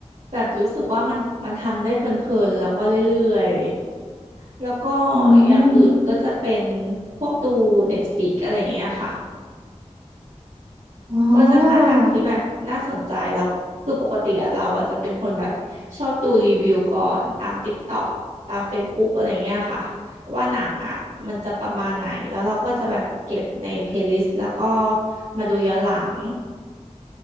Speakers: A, on the right; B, on the right.
A: แบบรู้สึกว่ามันมันทำได้เพลินๆแล้วก็เรื่อยๆแล้วก็
B: อื
A: อย่างอื่นก็จะเป็น
B: ม
A: พวกดูเน็ตฟ i ิกอะไรอย่างเงี้ยค่ะ
B: ว้า
A: ก็จะหาหนังที่แบบน่าสนใจแล้วคือปกติอะเราอะจะเป็นคนแบบชอบดูรีวิวก่อนตาม TikTok ตาม Facebook อะไรเงี้ยค่ะว่าหนังอะมันจะประมาณไหนแล้วเราก็จะแบบเก็บในเพลย์ลิสต์แล้วก็มาดูย้อนหลัง